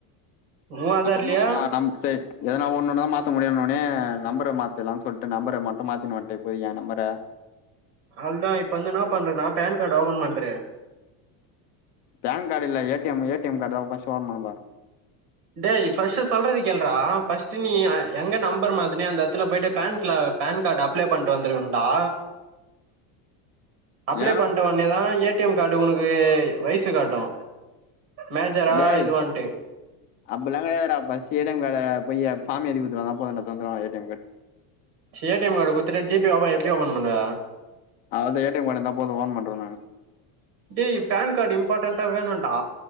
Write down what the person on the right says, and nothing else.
உ ஆதார்லயா
அவ்ளதா இப்ப என்னனா பண்றனா பேன் கார்டு ஓபப்ன் பண்று
டே ஃபஸ்ட்டு சொல்றது கேல்றா ஃபர்ஸ்ட்டு நீ எங்க நம்பர் மாத்தினியோ அந்த எடத்துல போய்ட்டு பேன்க்ள பேன் காடு அப்ளை பண்ட்டு வந்ருக்கனுடா அப்ளை
பண்ட ஒட்னே தா ஏ டி எம் காடு உனக்கு வயசு காட்டு மேஜரா
இது வாண்ட்டு
A T M card குடுத்துட ஜி பே அப்போ எப்டி ஓபன் பண்ணுவ
டேய் பன் கார்ட் இம்பார்டண்டா வேணுன்டா